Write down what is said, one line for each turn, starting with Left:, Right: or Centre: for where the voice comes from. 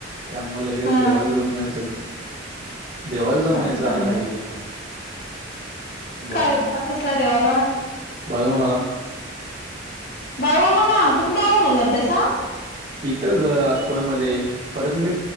Right: त्यामुळे लगेच
Left: हा
Right: देवाला जाऊन येऊ या असं. देवाला जाऊन
Left: असं
Right: यायचं
Left: झालं
Right: आज राहिलेलं.
Left: व्हय
Right: बाळूमामाला
Left: काय कसला देवाला?
Right: बाळूमामाला
Left: बाऊ म्हणा तुम्ही बाऊ म्हणला तसा.
Right: इथं ग अकोळ मध्ये परत मी